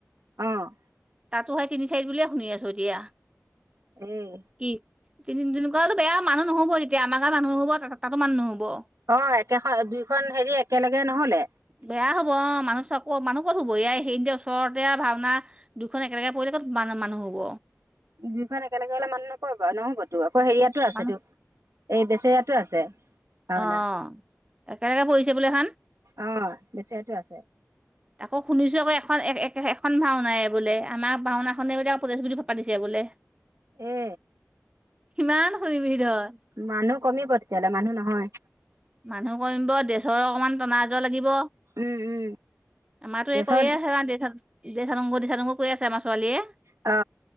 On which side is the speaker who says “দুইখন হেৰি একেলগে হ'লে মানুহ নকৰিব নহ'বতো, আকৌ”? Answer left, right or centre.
Right